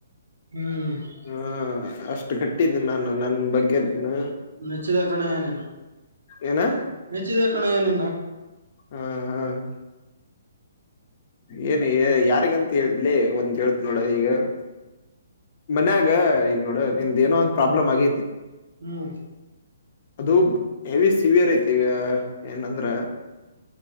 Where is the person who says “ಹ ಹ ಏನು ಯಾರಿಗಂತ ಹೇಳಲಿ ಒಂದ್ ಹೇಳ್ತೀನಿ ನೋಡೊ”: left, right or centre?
Left